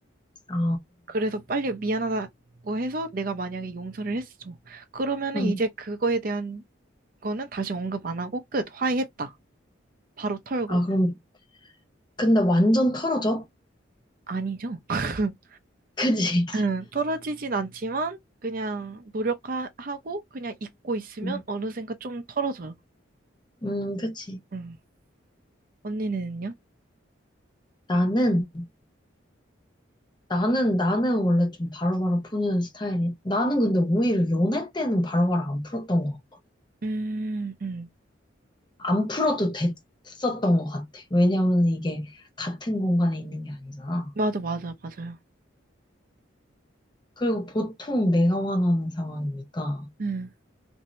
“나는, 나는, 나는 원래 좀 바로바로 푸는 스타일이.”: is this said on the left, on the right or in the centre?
Left